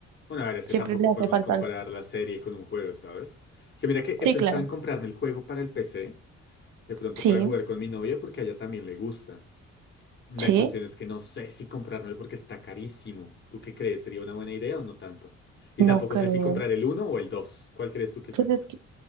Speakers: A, on the left; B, on the right.
A: Bueno, a ver, es
B: Siempre
A: que tampoco
B: le hace
A: podemos
B: falta
A: comparar
B: algo.
A: la serie con un juego, ¿sabes? Que mira que he
B: Sí,
A: pensado
B: claro.
A: en comprarme el juego para el PC, de pronto
B: Sí,
A: para jugar con mi novia porque a ella también le gusta. La
B: sí,
A: cuestión es que no sé si comprármelo porque está carísimo. ¿Tú qué crees? ¿Sería una buena idea o no tanto? Y
B: no
A: tampoco
B: creo.
A: sé si comprar el uno o el 2. ¿Cuál crees tú que es
B: Pues
A: mejor?
B: es que,